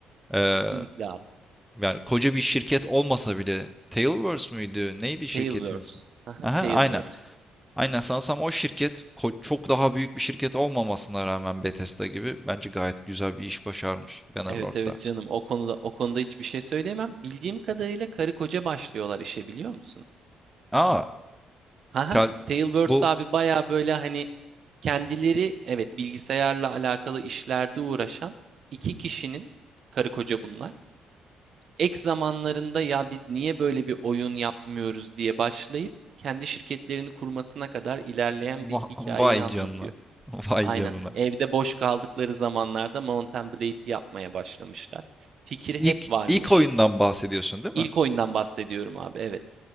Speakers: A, in the centre; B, on the right.
A: Ee,
B: Kesinlikle abi.
A: yani koca bir şirket olmasa bile Tailverse müydü? Neydi şirketin
B: Tailwords.
A: ismi?
B: Haha,
A: Aha,
B: Tailwords.
A: aynen. Aynen sanırsam o şirket ko- çok daha büyük bir şirket olmamasına rağmen Bethesda gibi bence gayet güzel bir iş başarmış Bannerlord'da.
B: Evet evet canım. O konuda o konuda hiçbir şey söyleyemem. Bildiğim kadarıyla karı koca başlıyorlar işe biliyor musun?
A: Aa,
B: Haha.
A: tel
B: Tailwords
A: bu
B: abi baya böyle hani kendileri evet bilgisayarla alakalı işlerde uğraşan iki kişinin karı koca bunlar. ek zamanlarında ya biz niye böyle bir oyun yapmıyoruz diye başlayıp kendi şirketlerini kurmasına kadar ilerleyen
A: va-
B: bir hikayeyi
A: vay
B: anlatıyor.
A: canına. <laughs> Vay
B: Aynen.
A: canına.
B: Evde boş kaldıkları zamanlarda Mount Blade'i yapmaya başlamışlar. Fikir
A: İlk
B: hep varmış.
A: ilk oyundan bahsediyorsun değil
B: İlk
A: mi?
B: oyundan bahsediyorum abi, evet.